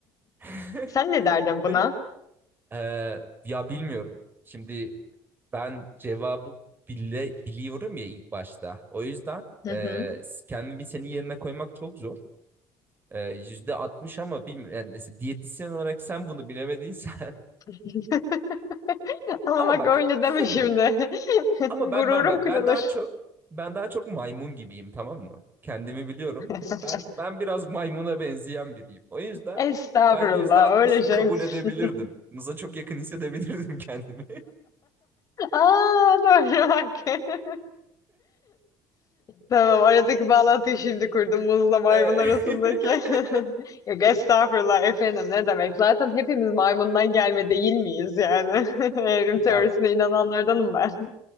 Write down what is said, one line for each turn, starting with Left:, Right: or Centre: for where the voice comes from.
Right: <laughs>
Left: Sen ne derdin
Right: Ben
Left: buna?
Right: Ee, ya bilmiyorum. Şimdi ben cevabı bile biliyorum ya ilk başta. O yüzden
Left: Hı
Right: e,
Left: hı.
Right: kendimi senin yerine koymak çok zor. E, yüzde %60 ama bilmiyorum. Yani mesela diyetisyen olarak sen bunu bilemediysen.
Left: <laughs>
Right: <laughs>
Left: Ama
Right: Ama
Left: bak
Right: bak
Left: öyle
Right: bir
Left: deme
Right: şey söyleyeyim
Left: şimdi.
Right: mi?
Left: <laughs>
Right: Ama ben
Left: Gururum
Right: ben ben
Left: kırılır.
Right: ben daha çok ben daha çok maymun gibiyim tamam mı? Kendimi biliyorum.
Left: <laughs>
Right: Ben ben biraz maymuna benzeyen biriyim. O yüzden
Left: Estağfurullah
Right: ben %60'ı
Left: öyle şey
Right: kabul
Left: mi?
Right: edebilirdim.
Left: <laughs>
Right: Mıza çok yakın hissedebilirdim kendimi.
Left: Aa doğru bak. <laughs> Tamam aradaki
Right: <laughs>
Left: bağlantıyı şimdi kurdum muzla maymun
Right: Evet.
Left: arasındaki.
Right: <laughs>
Left: <laughs> Yok estağfurullah efendim ne demek. Zaten hepimiz maymundan gelme değil miyiz yani? <laughs> Evrim
Right: Ya
Left: teorisine inananlardanım ben.